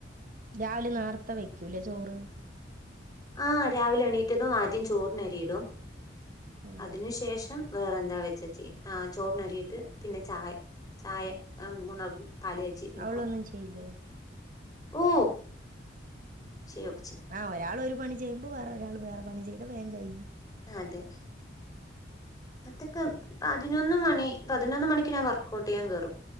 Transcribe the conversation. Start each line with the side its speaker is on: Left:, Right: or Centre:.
Right: രാവിലെ നോർത്ത വയ്ക്കൂലേ ചോറ്.
Left: ആ രാവിലെ എണീറ്റതും ആദ്യം ചോറിൻ അറിയിടും
Right: ഉം
Left: അതിനു ശേഷം വേറെ എന്താ വെച്ചച്ച് ആ ചോറിൻ അ രിട്ട് പിന്നെ ചായ ചായ മൂന്നാൾക്കും പാല് കാച്ചി എടുക്കും
Right: അവളൊന്നും ചെയ്യില്ലേ?
Left: ഓ ചെയ്യൊക്കെ ചെയ്യും
Right: ആഹ ഒരാൾ ഒരു പണി ചെയ്യുമ്പോ വേറെ ഒരാൾ വേറെ പണി ചെയ്താ വേം കഴിഞ്ഞു.
Left: അതെ അതൊക്കെ പതിനൊന്ന് മണി പതിനൊന്ന് മണിക്ക് ഞാൻ വർക്ക്ഔട്ട് ചെയ്യാൻ കേറും